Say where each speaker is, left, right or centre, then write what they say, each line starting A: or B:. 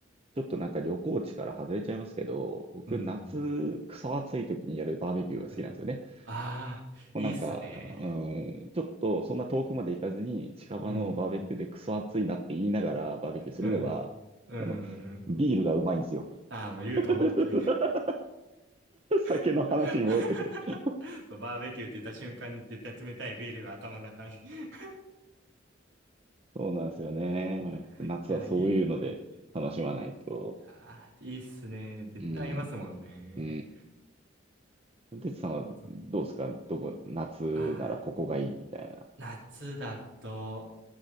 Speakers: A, on the right; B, on the right.
A: ちょっとなんか旅行地から外れちゃいますけど、僕夏、
B: うん、
A: クソ暑い時にやるバーベキューが好きなんですよね。
B: うん。ああ、
A: もうなんか、
B: いいっすね。
A: うん、ちょっとそんな遠くまで行かずに、近場のバーベキューでクソ暑いなって言いながらバーベキューするのが、
B: うん、うん、う
A: あの、
B: ん。
A: ビールがうまいんですよ。
B: ああ、もう言うと思った。
A: <laughs> 酒の話に戻ってくる。
B: <laughs> そう、バーベキューって言った瞬間に絶対冷たいビールが頭の中に <laughs>
A: そうなんですよね。まあやっぱ夏はそういうので楽しまないと。
B: いや、いいっすね。ああ、いいっすね。絶対合いますもんね。
A: うん、うん。てつさんはどうですかどこ、
B: そう。
A: 夏ならここがいいみたいな。
B: ああ。夏だと、